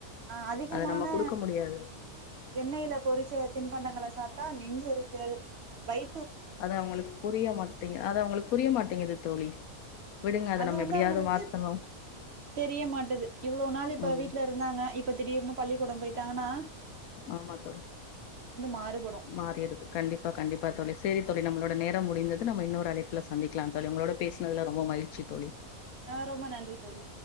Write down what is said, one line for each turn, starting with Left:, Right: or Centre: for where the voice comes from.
Right: அஹ் அதி ப
Left: அத
Right: நானு
Left: நம்ம குடுக்க முடியாது
Right: எண்ணெய்ல பொரிச்ச தின்ப ண்டங்கள சாப்ட்டா நெஞ்செரிச்சல் வயி
Left: அத அவங்களுக்கு புரிய மாட்டிங்கு அத அவங்களுக்கு புரிய மாட்டிங்குது தோழி விடுங்க அத
Right: அது
Left: நம்ம
Right: வந்து
Left: எப்டியாவது
Right: அவங்களுக்கு
Left: மாத்தணு
Right: தெரிய மாட்டுது இவ்ளோ நாளு இப்ப
Left: ம்
Right: வீட்ல இருந்தாங்க இப்ப திடீர்னு பள்ளிக்கூடம் போய்ட்டாங்கனா
Left: ஆமா தோழி
Right: மாறுபடு
Left: மாறிருது கண்டிப்பா கண்டிப்பா தோழி சேரி தோழி நம்மளோட நேரோ முடிந்தது நம்ம இன்னோர் அழைப்புல சந்திக்கலா தோழி உங்களோட பேஸ்னதுல ரொம்ப மகிழ்ச்சி தோழி
Right: ஆஹ் ரொம்ப நன்றி தோழி